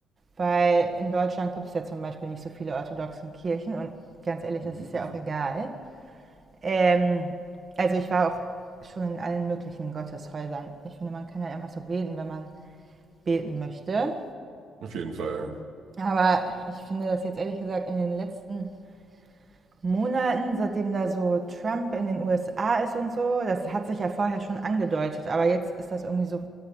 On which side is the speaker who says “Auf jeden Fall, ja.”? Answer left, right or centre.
Right